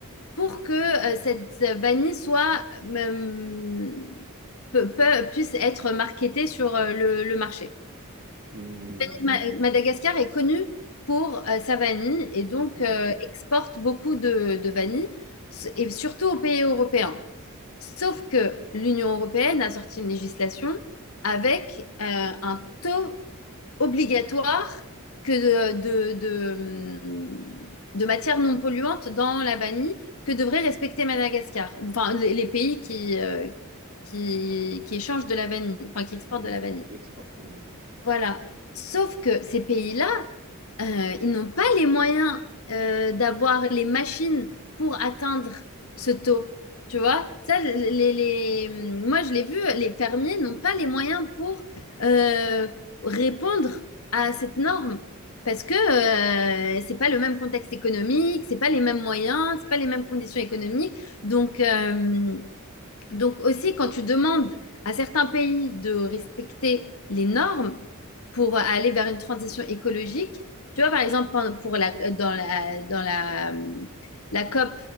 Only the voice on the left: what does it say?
pour que euh, cette vanille soit euh, peut- peut- puisse être marketée sur euh, le, le marché.
Ma- Madagascar est connue pour euh, sa vanille et donc
euh, exporte beaucoup de, de vanille s- et surtout aux pays européens. Sauf que l'Union européenne a sorti une législation avec euh, un taux obligatoire que de, de, de, de matières non polluantes dans la vanille que devrait respecter Madagascar, enfin les, les pays qui, euh, qui, qui échangent de la vanille, enfin qui exportent
de la vanille.
Voilà. Sauf que ces pays-là euh, ils n'ont pas les moyens euh, d'avoir les machines pour atteindre ce taux. Tu vois, ça, les, les- moi je l'ai vu, les fermiers n'ont pas les moyens pour euh, répondre à cette norme parce que euh, c'est pas le même contexte économique, c'est pas les mêmes moyens, c'est pas les mêmes conditions économiques. Donc, euh, donc aussi, quand tu demandes à certains pays de respecter les normes pour aller vers une transition écologique, tu vois, par exemple, pour la, dans la, dans la, la COP,